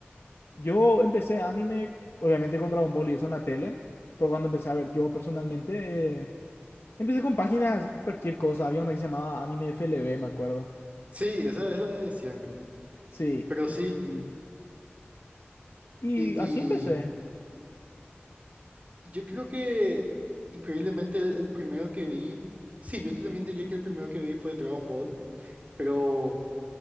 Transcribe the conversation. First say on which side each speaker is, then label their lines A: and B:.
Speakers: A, on the left (about 75°); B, on the right (about 35°).
A: Yo empecé anime, obviamente, con Dragon Ball y eso en la tele. Pero cuando empecé a ver yo personalmente, eh, empecé con páginas, cualquier cosa. Había una que se llamaba Anime FLV, me acuerdo.
B: Sí, esa es la de siempre.
A: Sí,
B: Pero sí,
A: y, y
B: y,
A: así empecé.
B: Yo creo que increíblemente el, el primero que vi, sí, yo también diría que el primero que vi fue Dragon Ball, pero